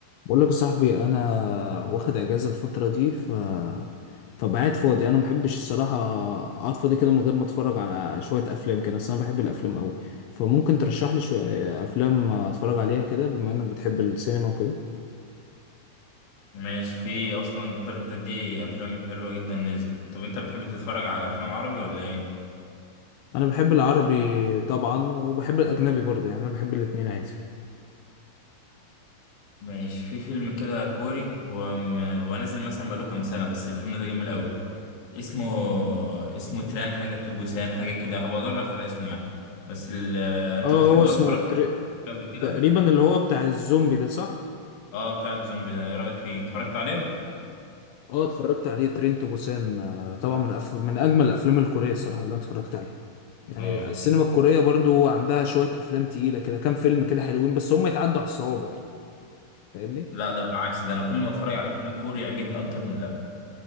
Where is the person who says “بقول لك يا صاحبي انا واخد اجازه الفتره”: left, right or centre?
Left